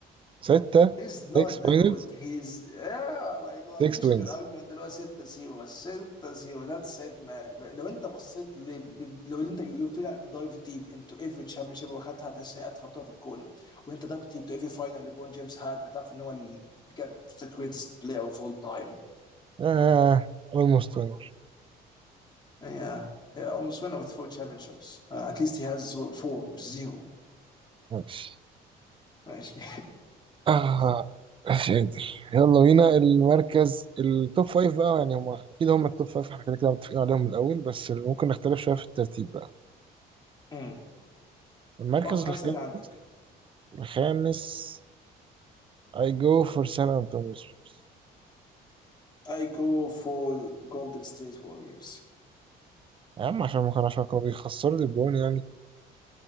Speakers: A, on the right; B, on the left.
A: ستة
B: هيز نوت
A: 6
B: ذا
A: فاينلز
B: جوت هيز يا ماي جاد
A: 6
B: مفيش
A: وينز
B: غير الارجيومنت اللي هو 6 0 6 0 ذاتس ات مان لو انت بصيت ل... ل- لو انت يو فيل دايف ديب انتو ايفري تشامبيون شيب واخدها هتحس ان هي اتفه بطوله في الكون وان انت دايف ديب تو ايفري فاينل ليبرون جيمس هاد هتعرف ان هو ال- بجد ذا جريتست بلاير اوف اول تايم
A: آه almost winner
B: يا يا almost winner with four championships uh, at least he has four مش zero
A: ماشي
B: ماشي
A: آه
B: <laughs>
A: مش قادر يلا بينا المركز التوب فايف بقى يعني هم أكيد هم التوب فايف احنا كده كده متفقين عليهم من الأول بس ممكن نختلف شوية في الترتيب بقى
B: امم
A: المركز
B: واخد خمسه
A: الخامس
B: من عندك
A: الخامس I go for San Antonio Spurs
B: I go for Golden State Warriors
A: يا عم عشان ممكن عشان كانوا بيخسروا دي بروين يعني